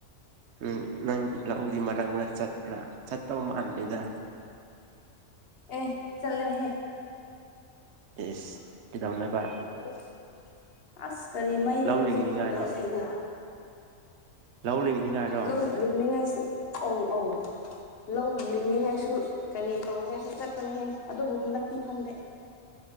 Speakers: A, on the right; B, on the left.
A: ꯎꯝ ꯅꯪ ꯂꯧꯗꯤ ꯃꯔꯛ ꯃꯔꯛ ꯆꯠꯄ꯭ꯔꯥ ꯆꯠꯇꯧ ꯃꯥꯟꯗꯦꯗ
B: ꯑꯦ ꯆꯠꯂꯦꯍꯦ
A: ꯏꯁ ꯀꯩꯗꯧꯅꯕ
B: <unintelligible> ꯑꯁ ꯀꯔꯤ ꯃꯩꯅꯣ
A: ꯂꯧ
B: ꯍꯨꯖꯤꯛ
A: ꯂꯤꯡꯅꯤꯉꯥꯏꯔꯣ
B: ꯃꯨꯠꯂꯤꯁꯤꯅ ꯎꯝ
A: ꯂꯧ ꯂꯤꯡꯅꯤꯉꯥꯏꯔꯣ
B: ꯂꯧ ꯂꯤꯡꯅꯤꯡꯉꯥꯏꯁꯨ ꯑꯧ ꯑꯧ ꯂꯧ ꯂꯤꯡꯅꯤꯡꯉꯥꯏꯁꯨ ꯀꯔꯤ ꯇꯧꯅꯤꯡꯉꯥꯏꯁꯨ ꯆꯠꯄꯅꯦꯍꯦ ꯑꯗꯨꯕꯨ ꯍꯟꯗꯛꯇꯤ ꯈꯪꯗꯦ